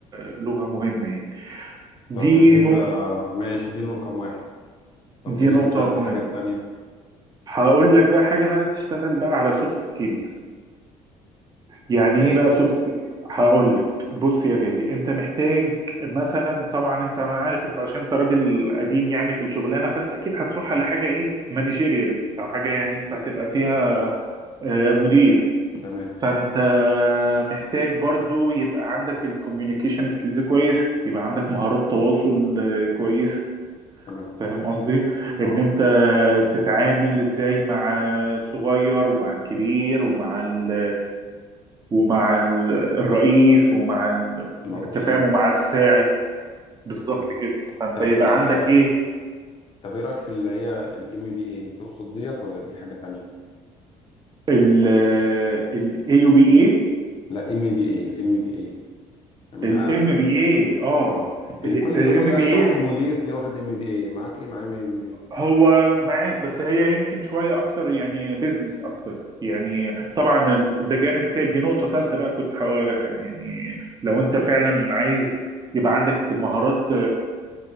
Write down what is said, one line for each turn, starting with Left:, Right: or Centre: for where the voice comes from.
Right: لغة مهمة يعني دي
Left: طب بالنسبة
Right: نقطة
Left: ماشي دي رقم واحد طب
Right: دي
Left: بالنسبة
Right: نقطة
Left: للحاجات
Right: مهمة
Left: التانية
Right: هقول لك بقى حاجة بقى تشتغل بقى على سوفت سكيلز يعني
Left: ازاي
Right: ايه بقى سوفت هقول لك بص يا غالي انت محتاج مثلا طبعا انت انا عارف انت عشان انت راجل قديم يعني في الشغلانه فانت اكيد هتروح على حاجه ايه مانجيريال او حاجه يعني انت هتبقى فيها آه، مدير
Left: تمام
Right: فانت محتاج برضو يبقى عندك الكوميونيكيشن سكيلز كويس يبقى عندك مهارات تواصل آه، كويس
Left: تمام
Right: فاهم قصدي
Left: اه
Right: ان انت تتعامل ازاي مع الصغير ومع الكبير ومع ال ومع ال- الرئيس ومع ال-
Left: مرقوصين
Right: التفاهم ومع الساعي بالظبط
Left: تمام
Right: كده فانت
Left: طب
Right: يبقى
Left: آه،
Right: عندك ايه
Left: طب ايه رأيك في اللي هي الام بي اي تقصد ديت ولا دي حاجة تانية
Right: ال ال AUBA
Left: لا ام بي اي الام بي اي اه
Right: ال MBA اه
Left: آه. اللي
Right: ال
Left: الكل
Right: ال
Left: بياخدها
Right: MBA
Left: اي واحد مدير تلاقيه واخد ام بي اي معاك ايه معاه ام بي
Right: هو معاك بس هي يمكن شوية أكتر يعني بيزنس أكتر يعني طبعا ال- ده جانب تا- دي نقطة تالتة بقى كنت حو... يعني لو أنت فعلا عايز يبقى عندك مهارات